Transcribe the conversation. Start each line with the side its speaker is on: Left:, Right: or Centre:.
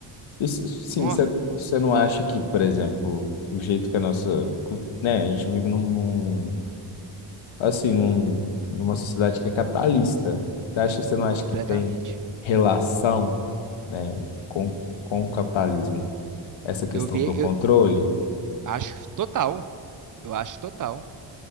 Left: E Sim,
Right: nó,
Left: você não acha que, por exemplo, o jeito que a nossa, cu- né, a gente vive num, num- assim, num- numa sociedade que é capitalista. Você acha que você não acha
Right: completamente.
Left: que tem relação, né, com, com o capitalismo? Essa questão
Right: Eu ve,
Left: do controle?
Right: eu acho total. Eu acho total.